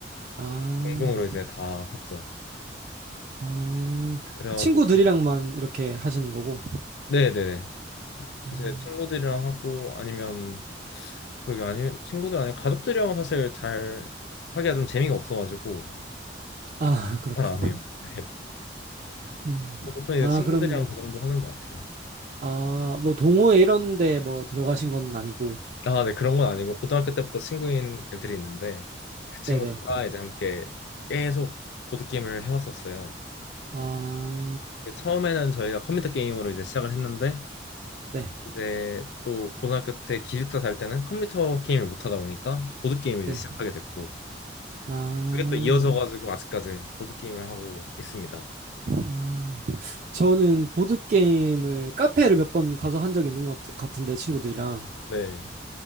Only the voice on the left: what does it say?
공금으로 이제 다 샀죠.
그래가지고
네네
이제 친구들이랑 하고 아니면 그러게 아니 친구들 아니면 가족들이랑 사실 잘 하기가 좀 재미가 없어가지고
잘 안 해요. <laughs>
보통 이제
친구들이랑
그 정도 하는 것 같아요.
아, 네 그런 건 아니고 고등학교 때부터 친구인 애들이 있는데 그 친구들과
이제 함께 계속 보드 게임을 해왔었어요.
처음에는 저희가 컴퓨터 게임으로 이제 시작을 했는데
이제 또 고등학교 때 기숙사 살 때는 컴퓨터 게임을 못 하다 보니까 보드 게임을 이제
시작하게 됐고.
그게 또 이어져 가지고 아직까지 보드 게임을 하고 있습니다.
네.